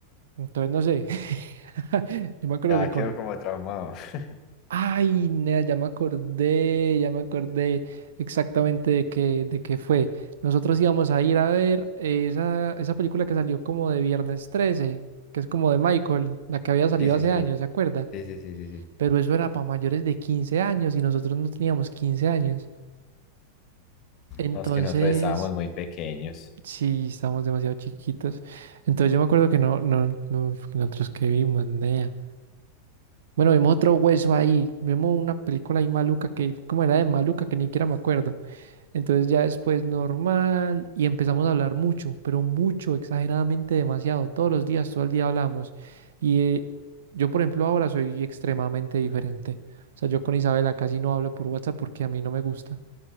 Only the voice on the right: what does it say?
Entonces, no sé. <laughs> Yo me acuerdo
que con,
Ay, nea, ya me acordé, ya me acordé exactamente de qué, de qué fue. Nosotros íbamos a ir a ver esa, esa película que salió como de Viernes 13, que es como de Michael, la que había salido
hace
años, ¿se acuerda?
Pero eso era para mayores de 15 años y nosotros no teníamos 15 años. Entonces,
sí, estábamos demasiado chiquitos. Entonces yo me acuerdo que no, no, no, nosotros que vimos, nea. Bueno, vimos otro hueso ahí, vimos una película ahí maluca que, como era de maluca, que ni siquiera me acuerdo. Entonces ya después normal y empezamos a hablar mucho, pero mucho, exageradamente demasiado, todos los días, todo el día hablamos. Y eh, yo, por ejemplo, ahora soy extremadamente diferente. O sea, yo con Isabela casi no hablo por WhatsApp porque a mí no me gusta.